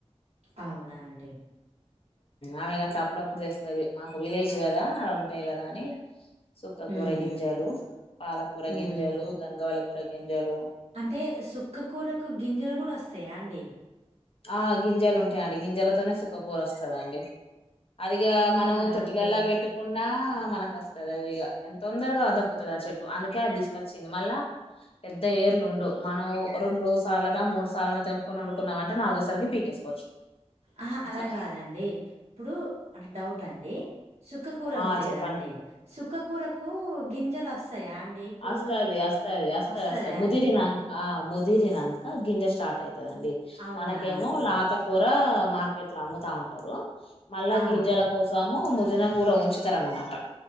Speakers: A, on the right; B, on the left.
A: అవునా అండి
B: ఆమె గట్లా అప్పుడప్పుడు తెస్తది మాకు విలేజ్ కదా ఉంటాయి కదా అని సుక్క
A: హ్మ్.
B: కూర గింజలు పాలకూర
A: హ్మ్.
B: గింజలు గంగావాయిలా కూర గింజలు
A: అంటే సుక్కకూరకు గింజలు కూడా వస్తాయా అండి
B: ఆ గింజలు ఉంటాయి అండి గింజలతోనే సుక్కకూర వస్తంది అండి అదిఇగా
A: అవునా
B: మనం తొట్టిలల్ల
A: అండి?
B: పెట్టు కున్న మనకు వస్తది అది తొందరగా దక్కుతది ఆ చెట్టు అందుకే అది తీసుకొచ్చింది మళ్ళా పెద్ద ఏర్లు డు మనం రెండు సార్లనా మూడు సార్లనా తెంపుకొని వండుకున్నాం అంటే నాలుగో సారికి పీకేసుకోవచ్చు
A: ఆహా
B: అట్లా
A: అలా కాదండి ఇప్పుడు అట్ల్ డౌట్ అండి సుక్కకూర
B: ఆ
A: ఉంది కదా
B: చెప్పండి
A: అండి సుక్కకూరకు గింజలు వస్తాయా అండి ఇప్పుడు
B: అస్తాది అస్తాది అస్తా
A: అస్తదా
B: అస్త ముదిరిన
A: అండి?
B: ఆ ఆ ముదిరినంక గింజె స్టార్ట్ అయితదండి
A: అవునా
B: మనకేమో
A: అండి?
B: లేత కూర మార్కెట్ లో అమ్ముత ఉంటారు మళ్ళా
A: ఆ!
B: గింజలక్ కోసము ముదిన కూర ఉంచుతారనమాట